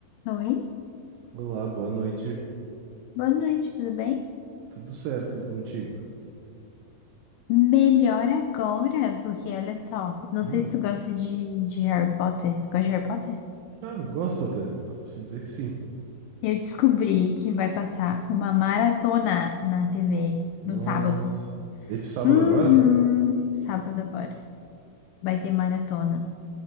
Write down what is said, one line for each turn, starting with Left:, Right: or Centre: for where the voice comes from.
Left: Oi,
Right: Olá, boa noite.
Left: boa noite, tudo bem?
Right: Tudo certo e contigo?
Left: Melhor agora, porque olha só, não
Right: Hum,
Left: sei se tu gosta de, de Harry Potter. Tu gosta de Harry Potter?
Right: ah, eu gosto até. Dá pra se dizer que sim.
Left: Eu descobri que vai passar uma maratona na TV
Right: Nossa.
Left: no sábado.
Right: Esse sábado
Left: Uhum,
Right: agora?
Left: sábado agora. Vai ter maratona.